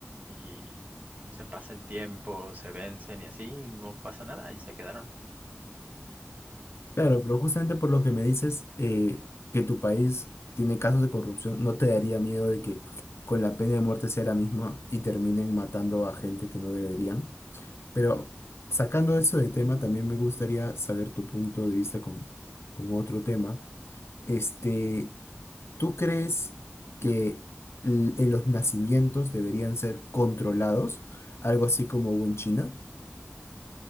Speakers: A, on the right; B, on the left.
A: y se pasa el tiempo, se vencen y así, y no pasa nada, y se quedaron.
B: Claro, pero justamente por lo que me dices eh, que tu país tiene casos de corrupción, ¿no te daría miedo de que con la pena de muerte sea la misma y terminen matando a gente que no deberían? Pero sacando eso de tema,
A: No.
B: también me gustaría saber tu punto de vista con, con otro tema. Este, ¿Tú crees que l- en los nacimientos deberían ser controlados? Algo así como hubo en China.